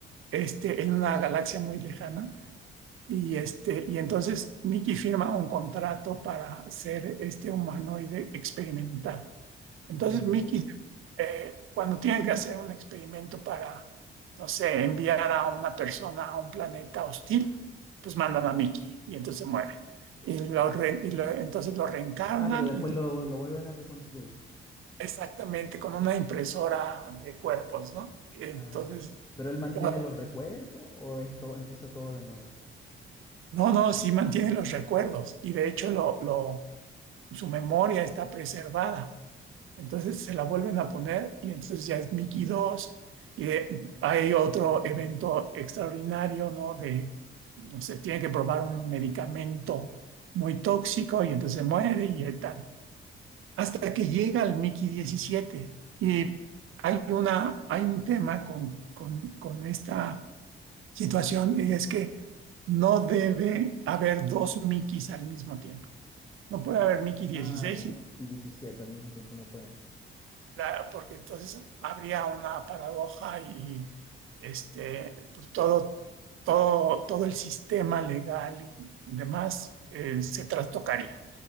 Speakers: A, on the right; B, on the left.
A: este, en una galaxia muy lejana y, este, y entonces Mickey firma un contrato para ser este humanoide experimental. Entonces
B: Ya.
A: Mickey, eh, cuando tiene que hacer un experimento para, no sé, enviar a una persona a un planeta hostil, pues mandan a Mickey y entonces muere. Y, lo re- y lo- entonces lo reencarnan
B: Ah, pero después
A: y entonces-
B: lo, lo vuelven a reconstruir.
A: exactamente con una impresora de cuerpos, ¿no? Entonces,
B: Ah, ¿pero él mantiene
A: lo-
B: los recuerdos o esto empieza todo de nuevo?
A: no, no, sí mantiene los recuerdos y de hecho lo, lo su memoria está preservada. Entonces se la vuelven a poner y entonces ya es Mickey dos Y eh, hay otro evento extraordinario, ¿no? De, no sé, tiene que probar un medicamento muy tóxico y entonces muere y tal. Hasta que llega el Mickey diecisiete Y hay, una, hay un tema con, con, con esta situación y es que no debe haber dos Mickeys al mismo tiempo. No puede haber Mickey dieciséis.
B: Ah, ya.
A: y
B: Y 17 al mismo tiempo no puede.
A: la- porque entonces habría una paradoja y este, pues todo, todo, todo el sistema legal y demás eh, se trastocaría.